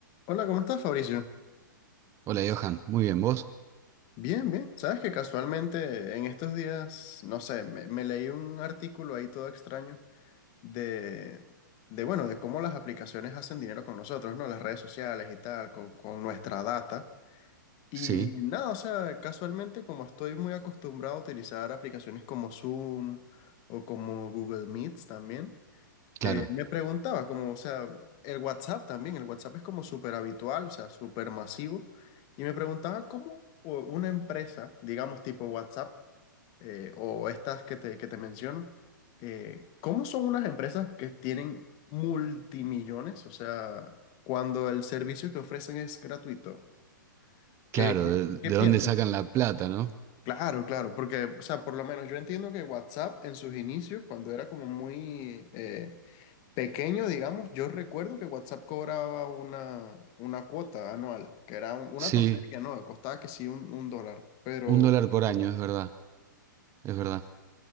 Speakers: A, on the left; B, on the right.
A: Hola, ¿cómo estás, Fabricio?
B: Hola Johan, muy bien, ¿vos?
A: Bien, bien. Sabes que casualmente en estos días, no sé, me, me leí un artículo ahí todo extraño de, de, bueno, de cómo las aplicaciones hacen dinero con nosotros, ¿no? Las redes sociales y tal, con, con nuestra data. Y
B: Sí,
A: nada, o sea, casualmente como estoy muy acostumbrado a utilizar aplicaciones como Zoom o como Google Meets también,
B: claro,
A: Eh, me preguntaba, como, o sea, el WhatsApp también, el WhatsApp es como súper habitual, o sea, súper masivo, y me preguntaba cómo o- una empresa, digamos tipo WhatsApp, eh, o estas que te, que te menciono, eh, ¿cómo son unas empresas que tienen multimillones? O sea, cuando el servicio que ofrecen es gratuito.
B: claro,
A: ¿Qué, qué,
B: de,
A: qué
B: de
A: piensas
B: dónde sacan
A: tú?
B: la plata, ¿no?
A: Claro, claro, porque, o sea, por lo menos yo entiendo que WhatsApp en sus inicios, cuando era como muy... eh, Pequeño, digamos, yo recuerdo que WhatsApp cobraba una, una cuota anual, que era un- una
B: Sí,
A: tontería, ¿no? Costaba que sí un, un dólar, pero
B: un dólar por año,
A: bueno,
B: es verdad, es verdad.